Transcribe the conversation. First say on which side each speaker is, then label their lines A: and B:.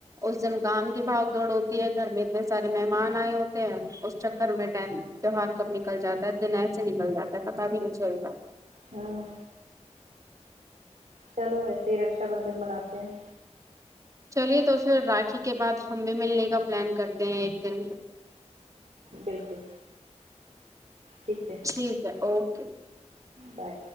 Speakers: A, on the right (about 25°); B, on the right (about 85°).
A: اس دن کام کی بھاگ دوڑ ہوتی ہے گھر میں اتنے سارے مہمان آئے ہوتے ہیں اس چکر میں ڈٹائم تیوار کب نکل جاتا ہے دن ای سے نکل جاتا ہے پت بھی نہیں چلتا
B: ہاں چلو وسے ہی رکشا بندھن مناتے ہیں
A: چلیے تو پھر راکھی کے بعد ہم بھی ملنے کا پلان کرتے ہیں ایک دن
B: بالکل ٹھیک ہے
A: ٹھیک ہے اوکے
B: بائے